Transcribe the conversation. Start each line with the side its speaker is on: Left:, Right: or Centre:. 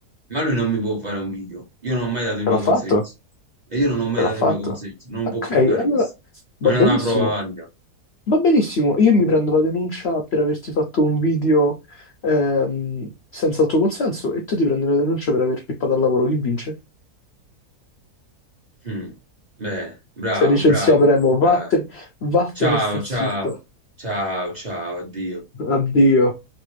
Right: Ma lui non mi può fare un video. Io non ho mai dato il
Left: Te
Right: mio
Left: l'ha
Right: consenso.
Left: fatto?
Right: E io non ho mai
Left: Te l'ha
Right: dato
Left: fatto?
Right: il mio consenso. Non
Left: Ok,
Right: può portare
Left: allora
Right: questo.
Left: va
Right: Non
Left: benissimo.
Right: è una prova valida.
Left: Va benissimo. Io mi prendo la denuncia per averti fatto un video ehm, senza il tuo consenso e tu ti prendi la denuncia per aver pippato al lavoro. Chi vince?
Right: Mm. Beh, bravo,
Left: Sei licenziato,
Right: bravo.
Left: Remo. Vattene,
Right: Vai.
Left: vattene,
Right: Ciao,
Left: e stai zitto.
Right: ciao. Ciao, ciao, addio.
Left: Addio.